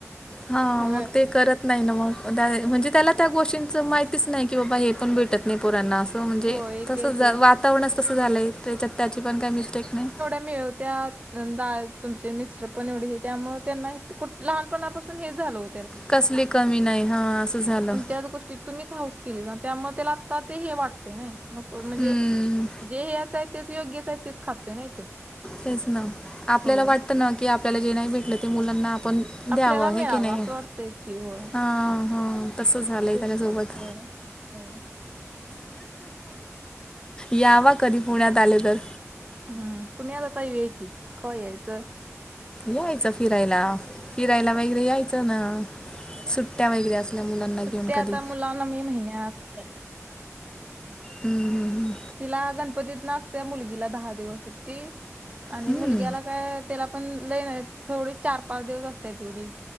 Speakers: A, on the left; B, on the right.
A: हा
B: होय
A: मग ते करत. नाही ना मग द म्हणजे त्याला त्या गोष्टींचं माहितीच नाही, की बाबा हे पण भेटत नाही पोरांना असं. म्हणजे
B: हो एक
A: तसं
B: एक हे
A: वातावरणच तसं झालंय तेच्यात त्याची पण काही मिस्टेक नाही.
B: मिळवत्यात तुमचा तुमचे मिस्टर पण एवढे हे त्यामुळं त्यांना इतकं कुठं लहानपणापासून हे झालं ओ
A: कसली कमी नाही हा असं झालं.
B: त्याच गोष्टी तुम्हीच हाऊस केली ना त्यामुळं त्याला आत्ता ते हे वाटतंय नाही नको म्हणजे
A: हम्म,
B: जे याचय तेच योग्यच आहे तेच खातोय नाही तो
A: तेच ना आपल्याला
B: होय
A: वाटतं ना की आपल्याला जे नाही भेटलं ते मुलांना आपण
B: आपल्याला
A: द्यावं
B: मिळावं
A: हे की नाही
B: असं वाटतंयच की होय
A: हा ह तस झालंय
B: तेच
A: त्याच्यासोबत
B: की. होय होय.
A: या वा कधी पुण्यात आले तर.
B: हम्म पुण्यात आाता येऊया की कवा यायचं.
A: यायचं फिरायला फिरायला वगैरे यायचं ना. सुट्ट्या वगैरे असल्या मुलांना घेऊन
B: ते आता
A: कधी
B: मुलांना मे महिन्यात.
A: हम्म. हम्म,
B: तिला गणपतीतनं असत्या मुलगीला दहा दिवस सुट्टी. आणि
A: हम्म.
B: मुलग्याला काय त्याला पण लैई नाही तेवढीच चार पाच दिवस असत्या तेवढी